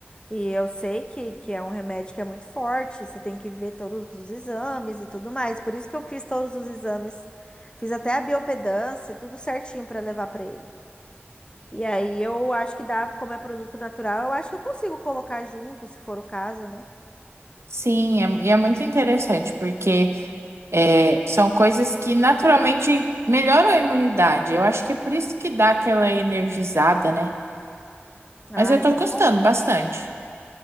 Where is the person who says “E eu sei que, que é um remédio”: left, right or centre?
Left